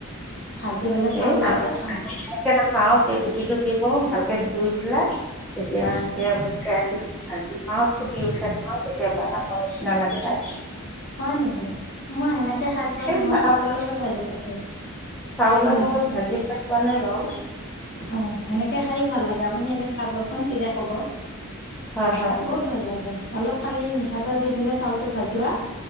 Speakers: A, on the left (about 45°); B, in the centre.
A: ভাজি পেলাই
B: সেই
A: চাউলৰ
B: আমি
A: লগত খাওঁ
B: <unintelligible> নাখাও সেই গুটিটো কি কৰো ভালকে ধুই পেলাই তেতিয়া আনকে কেৰাহীত ভাজি খাওঁ ফুটি উঠে নহয় তেতিয়া বাদামৰ নিচিনা লাগে খায়।
A: হয় নেকি মই সেনেকে খাই পোৱা
B: ছেম
A: নাই মই
B: বাদামৰ
A: চাউলৰ লগত ভাজি খাইছো।
B: ফুলৰ
A: হয়
B: লগত ভাজি খাই পোৱা নাই বাৰু।
A: হয়, সেনেকে খাইয়ো ভাল লাগে আপুনি এদিন খাবচোন তেতিয়া ক'ব।
B: হয় হয়
A: বহুত ভাল লাগে অলপ খালি মিঠাতেল দি পেলাই চাউলটো ভাজিবা।